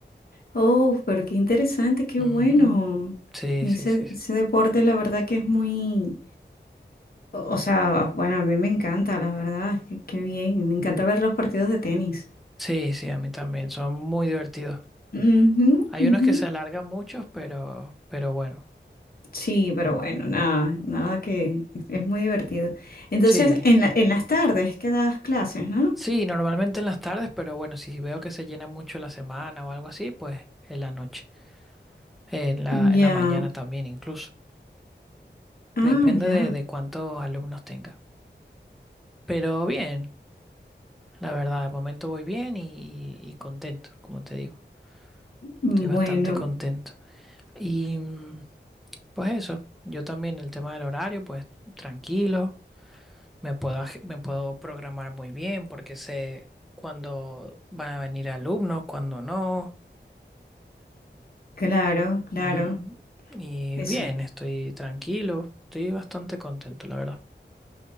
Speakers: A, on the left (about 50°); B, in the centre.
A: Oh, pero qué interesante, qué
B: Ujú.
A: bueno.
B: Sí,
A: Ese,
B: sí, sí. Sí,
A: ese deporte, la verdad que es muy, O o sea, bueno, a mí me encanta, la verdad, qué, qué bien, me encanta ver los partidos de tenis.
B: sí, sí, a mí también. Son muy divertidos.
A: Ujú,
B: Hay unos
A: ujú.
B: que se alargan muchos, pero, pero bueno.
A: Sí, pero bueno, nada, nada que es es muy divertido. Entonces,
B: Sí,
A: en la- en las tardes que das clases, ¿no?
B: sí, normalmente en las tardes, pero bueno, si veo que se llena mucho la semana o algo así, pues en la noche, en la,
A: Ya,
B: en la mañana también incluso.
A: ah,
B: Depende
A: ya.
B: de, de cuántos alumnos tenga. Pero bien, la verdad, de momento voy bien y, y- y contento, como te digo.
A: Bueno,
B: Estoy bastante contento. Y mm, pues eso, yo también el tema del horario, pues tranquilo. Me puedo, aj- me puedo programar muy bien porque sé cuándo van a venir alumnos, cuándo no.
A: claro, claro.
B: Ujú. Y
A: Eso,
B: bien, estoy tranquilo, estoy bastante contento, la verdad.